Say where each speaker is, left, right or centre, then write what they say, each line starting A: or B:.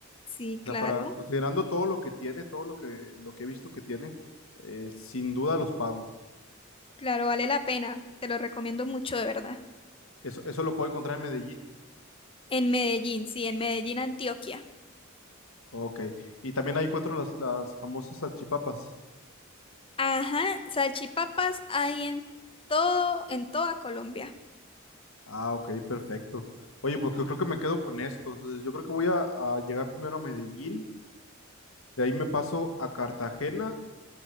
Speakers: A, on the left; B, on the left.
A: Sí,
B: O
A: claro,
B: sea, para considerando todo lo que tiene, todo lo que, lo que he visto que tiene, eh, sin duda los pago.
A: claro, vale la pena. Te lo recomiendo mucho, de verdad.
B: Eso, eso lo puedo encontrar en Medellín.
A: En Medellín, sí, en Medellín, Antioquia.
B: Ok. Y también ahí encuentro las, las famosas salchipapas.
A: Ajá, salchipapas hay en todo, en toda Colombia.
B: Ah, ok, perfecto. Oye, pues yo creo que me quedo con esto. Entonces, yo creo que voy a, a llegar primero a Medellín, de ahí me paso a Cartagena,